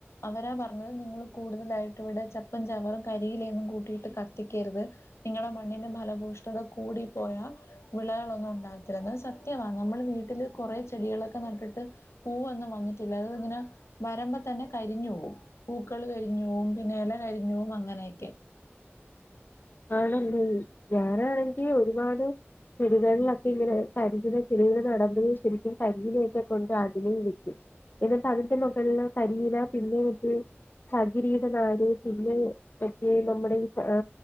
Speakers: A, on the left; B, on the left.
A: അവരാ പറഞ്ഞത് നിങ്ങൾ കൂടുതലായിട്ട് ഇവിടെ ചപ്പും ചവറും കരിയിലയൊന്നും കൂ കൂട്ടിയിട്ട് കത്തിക്കരുത്. നിങ്ങളുടെ മണ്ണിന്റെ ഫലഭൂഷ്ടത കൂടി പോയ വിളകളൊന്നും ഉണ്ടാവി സത്യമാണ് നമ്മള് വീട്ടില് കുറെേ ചെടികളൊക്കെ നട്ടിട്ട് പൂവൊന്നും വന്നിട്ടില്ല. അത് ഇങ്ങനെ, വരമ്പോതന്നെ കരിഞ്ഞു പോവും, പൂക്കൾ കരിഞ്ഞുപോവും പിന്നെ ഇല കരിഞ്ഞുപോവും അങ്ങനെയൊക്കെ
B: ആണെലെ, ഞാനാണെങ്കിൽ ഒരുപാട് ചെടികളിലൊക്കെ ഇങ്ങനെ കരിന ചെടികൾ നടമ്പഴ ശരിക്കും കരിയിനെയൊക്കെ കൊണ്ട് അതിനേ വെക്കും. എന്നിട്ട് അതിന്റെ മുകളില കരീന, പിന്നെട്ട് ചകിരിയുടെ നാര്, പിന്നെ വെട്ടിയ നമ്മുടെ ഈ ആ